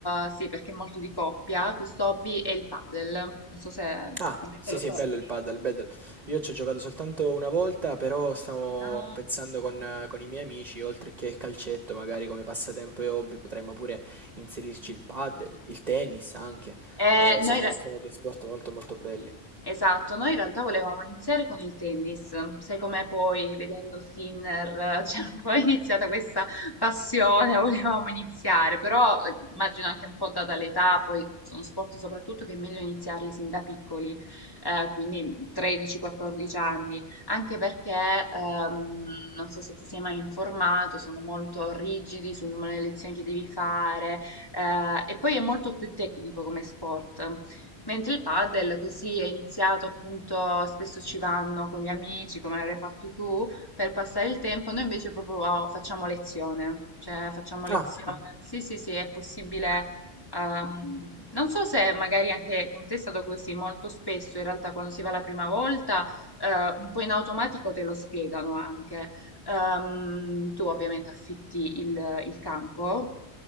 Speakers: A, on the left; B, on the right.
A: eh, sì, perché è molto di coppia, questo hobby è il paddle. Non so se sicuramente
B: Ah, sì,
A: lo
B: sì,
A: sapete.
B: è bello il padel, bello. Io ci ho giocato soltanto una volta, però stavo
A: No?
B: pensando con, eh, con i miei amici, oltre che il calcetto, magari come passatempo e hobby, potremmo pure inserirci il padel, il tennis anche.
A: Eh,
B: Eh,
A: noi,
B: sono, sono due sport molto molto belli.
A: Esatto, noi in realtà volevamo iniziare con il tennis, sai com'è poi vedendo Sinner, <laughs> eh, c'è un po' iniziata questa passione, <laughs> volevamo iniziare, però eh, immagino anche un po' data l'età, poi sono sport soprattutto che è meglio iniziarli sin da piccoli, eh, quindi 13-14 anni, anche perché ehm, non so se ti sei mai informato, sono molto rigidi sul numero di lezioni che devi fare eh, e poi è molto più tecnico come sport. Mentre il padel così è iniziato appunto, spesso ci vanno con gli amici, come avrai fatto tu, per passare il tempo, noi invece proprio oh, facciamo lezione, cioè facciamo Ah, lezione.
B: Ah,
A: Sì, sì, sì, è possibile. ehm, non so se magari anche con te è stato così, molto spesso in realtà quando si va la prima volta, eh, un po' in automatico te lo spiegano anche. Ehm, tu ovviamente affitti il il campo.